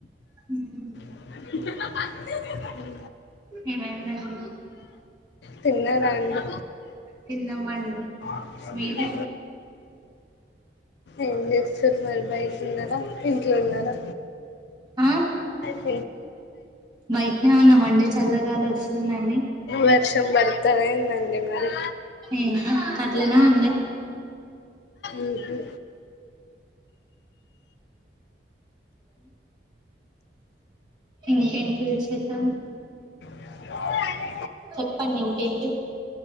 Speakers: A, on the right (about 25°); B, on the left (about 65°).
A: హుమ్.
B: హమ్
A: ఏమైందండి.
B: తిన్నారా అండి
A: తిన్నామండి.
B: ఆహా.
A: మీరు
B: ఏం చేస్తున్నారు మరి బయట ఉన్నారా ఇంట్లో ఉన్నారా.
A: ఆ
B: అ
A: బయటనే ఉన్నాంమండి చల్లగాలీ వస్తుందని.
B: వర్షం పడతదా ఏందండి మరి
A: ఏం కాదు అట్లానే ఉంది.
B: ఉహు.
A: ఇంకేంటి విశేషాలు.
B: <inaudible>
A: చెప్పండి ఇంకేంటి.